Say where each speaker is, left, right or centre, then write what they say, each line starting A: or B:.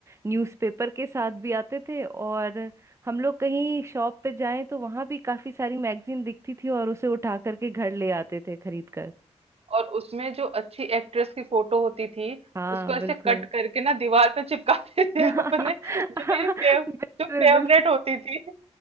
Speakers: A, on the right; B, on the right.
A: न्यूज़पेपर के साथ भी आते थे और हम लोग कहीं शॉप पे जाएं तो वहाँ भी काफ़ी सारी मैगजीन दिखती थी और उसे उठा करके घर ले आते थे खरीद कर
B: और उसमें जो अच्छी एक्ट्रेस की फोटो होती थी
A: हाँ
B: उसको ऐसे
A: बिल्कुल
B: कट करके ना दीवार पे चिपकाते थे
A: <laughs> बिल्कुल
B: <laughs> अपने जो मेरी फेव जो फेवरेट
A: बिल्कुल
B: होती थी